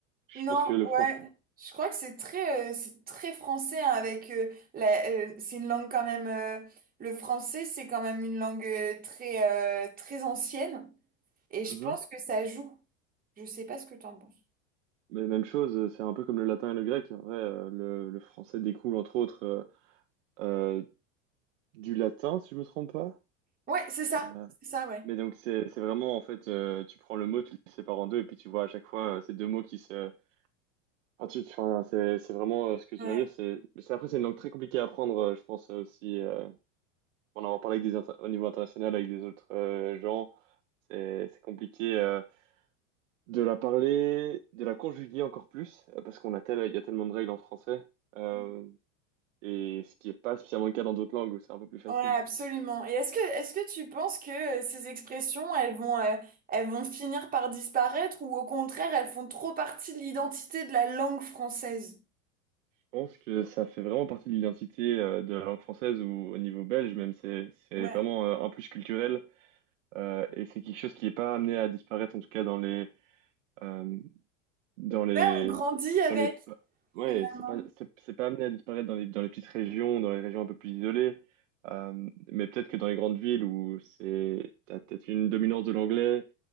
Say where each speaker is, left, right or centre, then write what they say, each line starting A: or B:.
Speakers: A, on the right (about 70°); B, on the right (about 20°).
A: Je
B: Non,
A: pense que le français.
B: ouais. Je crois que c'est très, euh, c'est très français hein, avec euh, la, euh, c'est une langue quand même. euh, le français, c'est quand même une langue euh, très, euh, très ancienne et je
A: Mhm.
B: pense que ça joue. Je sais pas ce que t'en penses.
A: Mais même chose, euh, c'est un peu comme le latin et le grec. En vrai, euh, le, le français découle entre autres euh, euh, du latin, si je me trompe pas.
B: Ouais, c'est ça,
A: Euh,
B: c'est ça, ouais.
A: Mais donc c'est c'est vraiment en fait euh, tu prends le mot, tu le sépares en deux et puis tu vois à chaque fois euh, ces deux mots qui se enfin, tu- enfin, c'est c'est vraiment euh, ce que tu
B: Ouais.
A: viens dire c'est mais c'est- après c'est une langue très compliquée à apprendre euh, je pense euh, aussi euh, pour en avoir parlé avec des inter- au niveau international avec des autres euh, gens c'est c'est compliqué euh, de la parler de la conjuguer encore plus euh, parce qu'on a tel il y a tellement de règles en français euh,
B: Mm.
A: et ce qui est pas spécialement le cas dans d'autres langues où c'est un peu plus facile.
B: Ouais, absolument. Et est-ce que, est-ce que tu penses que euh, ces expressions, elles vont, euh, elles vont finir par disparaître ou au contraire, elles font trop partie de l'identité de la langue française?
A: Je pense que ça fait vraiment partie de l'identité euh, de la langue française ou au niveau belge, même c'est c'est
B: Ouais.
A: vraiment euh, un plus culturel euh, et c'est quelque chose qui n'est pas amené à disparaître en tout cas dans les euh, dans les
B: Ouais, on grandit avec,
A: dans les ouais
B: finalement.
A: c'est pas c'est c'est pas amené à disparaître dans les dans les petites régions, dans les régions un peu plus isolées, Euh, mais peut-être que dans les grandes villes où c'est t'as peut-être une dominance de l'anglais